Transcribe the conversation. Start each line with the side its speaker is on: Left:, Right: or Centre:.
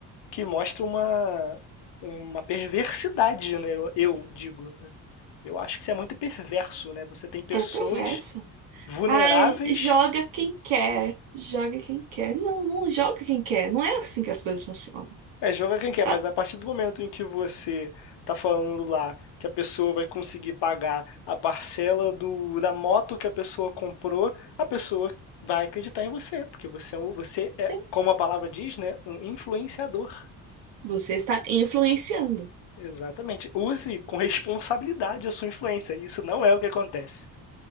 Left: que mostra uma, uma perversidade, né? Eu, eu digo, né? Eu acho que isso é muito perverso, né? Você tem pessoas
Right: é perverso.
Left: vulneráveis
Right: Ai, joga quem quer. Joga quem quer. Não, não joga quem quer. Não é assim que as coisas funcionam.
Left: É, joga quem quer,
Right: Ah,
Left: mas a partir do momento em que você tá falando lá que a pessoa vai conseguir pagar a parcela do, da moto que a pessoa comprou, a pessoa vai acreditar em você, porque você, é um- você é,
Right: sim,
Left: como a palavra diz, né, um influenciador.
Right: você está influenciando.
Left: Exatamente. Use com responsabilidade a sua influência. Isso não é o que acontece,